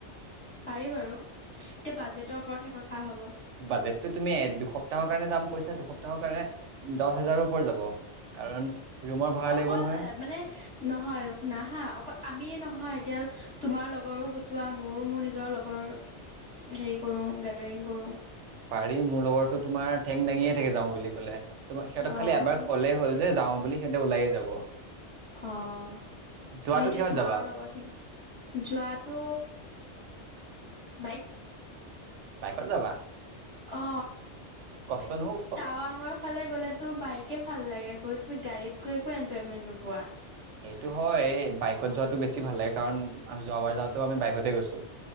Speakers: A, on the left (about 30°); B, on the right (about 80°).
A: পাৰি বাৰু এতিয়া বাজেটৰ ওপৰতহে কথা হ'ব
B: বাজেটতটো তুমি দুসপ্তাহৰ কাৰণে যাম কৈছা দুসপ্তাহ কাৰণে দহ হাজাৰৰ ওপৰ‌ যাব কাৰণ ৰুমৰ ভাড়া
A: অকল
B: লাগিব নহয়
A: মানে নহয় শুনা হা অকল আমিয়ে নহয় এতিয়া তোমাৰ লগৰো গোটোৱা ময়ো মোৰ নিজৰ লগৰ হেৰি কৰো গেডাৰিং কৰো
B: পাৰি মোৰ লগৰটো তোমাৰ ঠেং দাঙিয়ে থাকে যাও বুলি ক'লে। তোমাৰ সিহঁতক
A: অঁ
B: খালি এবাৰ ক'লেই হ'ল যে যাওঁ বুলি সিহঁতে ওলাইয়ে যাব
A: অঁ
B: যোৱাটো
A: সেইটোৱে
B: কিহত
A: তোমাৰ
B: যাবা?
A: লগৰখিনি যোৱাটো বাইক
B: বাইকত যাবা
A: অ
B: কষ্ট
A: টাৱাঙৰ
B: নহ'ব।
A: ফালে গ'লে ত বাইকে ভাল লাগে গৈ তুমি গাড়ীত গৈ একো এনজয়মেন্ট নোপোৱা
B: সেইটো হয় বাইকত যোৱাতটো বেছি ভাল লাগে কাৰণ যোৱাবাৰ যাওঁতেও আমি বাইকতে গৈছো